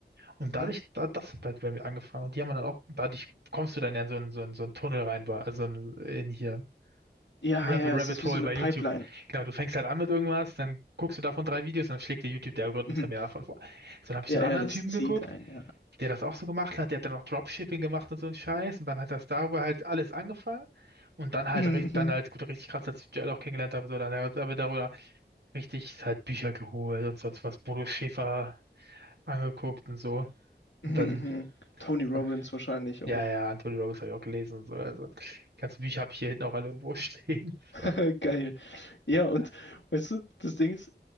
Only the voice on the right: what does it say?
Und dadurch,
da, das hat halt bei mir angefangen. Und die haben dann auch, dadurch kommst du dann ja in so einen, so einen, so einen Tunnel rein, bei- also in, in hier.
Rabbit,
Rabbit
Hole
bei
YouTube.
Genau, du fängst halt an mit irgendwas, dann guckst du davon drei Videos, dann schlägt dir YouTube, der Algorithmus
ja mehr davon vor. So, dann habe ich
so einen anderen
Typen
geguckt,
der das auch so gemacht hat, der hat dann auch Dropshipping gemacht und so einen Scheiß und dann hat das darüber halt alles angefangen und dann
halt,
ri- dann halt, gut, richtig krass, als ich Joel auch kennengelernt habe, so, dann hat er darüber richtig halt Bücher geholt und sonst was, Bodo Schäfer angeguckt und so
und dann,
ähm,
ja,
ja, Anthony Robbins habe ich auch gelesen und so, also, die ganzen Bücher habe ich hier hinten auch alle irgendwo <laughs> stehen,
so,
ja,